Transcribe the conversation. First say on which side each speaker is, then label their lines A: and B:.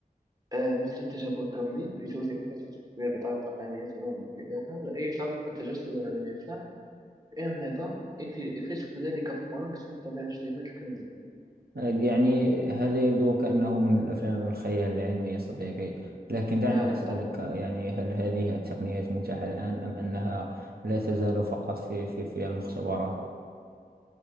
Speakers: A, on the right; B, on the right.
A: آه مثل التجاوب الكمي لتوزيع المفاتيح التشفيرية بطريقة آمنة تماما إذا حاول أي شخص التجسد على المفتاح فإن النظام يك- يكتشف ذلك فورا بسبب طبيعة الاجتماعات الكمية
B: يعني هذا يبدو كأنه من الأفلام الخيال العلمي يا صديقي لكن دعني
A: نعم
B: أسألك
A: بالطبع
B: يعني هل هذه التقنيات متاحة الآن أم أنها لا تزال فقط في في في المختبرات؟